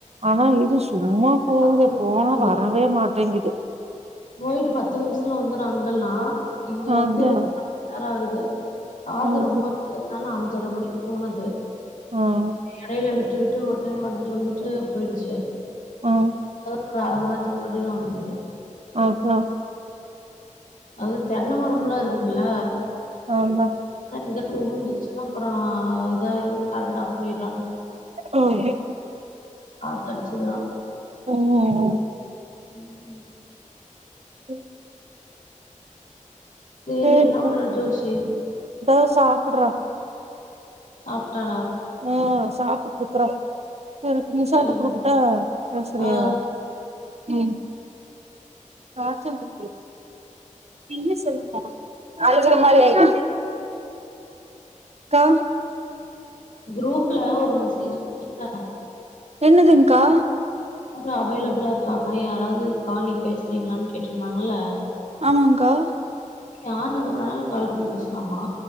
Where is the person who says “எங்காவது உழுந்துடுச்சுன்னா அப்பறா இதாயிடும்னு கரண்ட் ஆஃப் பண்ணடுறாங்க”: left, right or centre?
Left